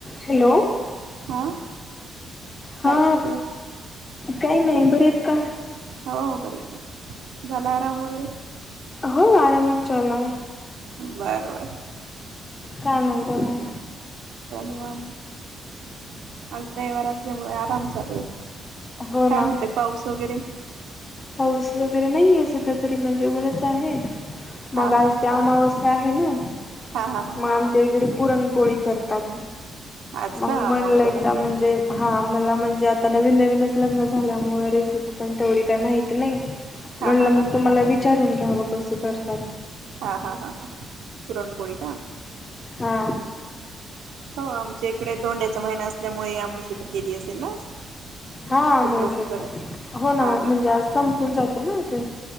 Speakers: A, on the left (about 30°); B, on the right (about 80°).
A: Hello
B: हा
A: हा
B: काय चालू आहे
A: काय नाही बरेहेत का?
B: हो बरे हे झाला आराम वगैरे?
A: व्ह आराम चलो
B: बरं बर
A: काय म्हणता म
B: हा आज रयवार असल्यामुळ आराम चालू आहे.
A: हो ना
B: काय म्हणत पाऊस वगैरे?
A: पाऊस वगैरे नाहीये सध्या तरी म्हणजे उनच आहे. मग
B: हा
A: आज
B: हा
A: ते अमावस्या आहे ना,
B: हा हा हा
A: मग आमच्या इकडे पुरणपोळी करतात.
B: आज
A: मग
B: का
A: म्हणलं
B: अमावश्याला
A: एकदा म्हणजे हा मला म्हणजे आता नवीन-नवीन. लग्न झाल्यामुळे रेसिप पण तेवढी काही माहिती नाही. म्हणलं
B: हा हा हा
A: मग तुम्हाला विचारून घ्यावं कसं करतात.
B: हा-हा ह पुरणपोळी का?
A: हा
B: हो आम. च्याकडे धोंड्याचा महिना असल्यामुळे या अमावस्या चे केली असेल ना आज.
A: हा अमावस्या
B: खूप लोक कर
A: च हो ना
B: हा हा
A: म्हणजे आज संपून जातं ना. ते